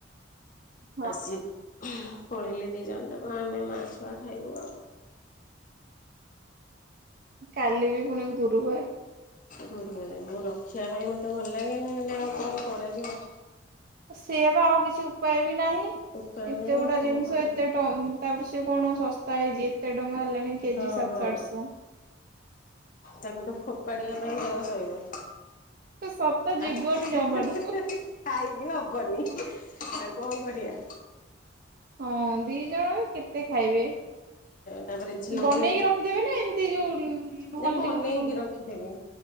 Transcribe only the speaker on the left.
ଆ ସିଏ ପଳେଇଲେ ଦି ଜଣ ଯାକ। ଆମେ ମା ଛୁଆ ଖାଇବୁ ଆଉ।
ଗୁରୁବାର ମୁଁ ରଖିବା ପାଇଁ ମୋତେ ଭଲ ଲାଗେନି। ହେଲେ ଆଉ କଣ କରାଯିବ।
ଉପାୟ
ନାହିଁ
ଆଉ କଣ
କରିବି।
ହଁ
ହଁ
ତାକୁ ତ ଫୋପାଡିବା ପାଇଁ ଦେହ ସଇବନି।
ଆ ଖାଇବି
ହବନି, ଆଉ କଣ କରିବା।
ତାପରେ ଝିଅକୁ
ଯେ
ବନେଇକି
ରଖିଦେବି